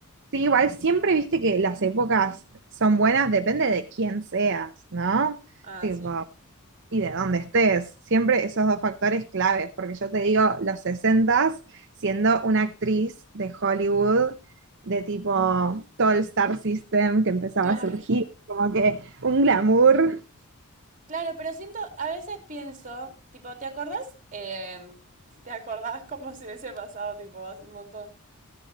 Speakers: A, on the right; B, on the right.
A: Sí, igual siempre viste que las épocas son buenas, depende de quién seas, ¿no?
B: Ah,
A: Tipo,
B: sí.
A: y de dónde estés. Siempre esos dos factores claves, porque yo te digo, los sesentas siendo una actriz de Hollywood, de tipo todo el Star System que empezaba
B: Claro.
A: a surgir, como que un glamour.
B: Claro, pero siento, a veces pienso, tipo, ¿te acordás? Em, ¿te acordás como si hubiese pasado, tipo, hace un montón?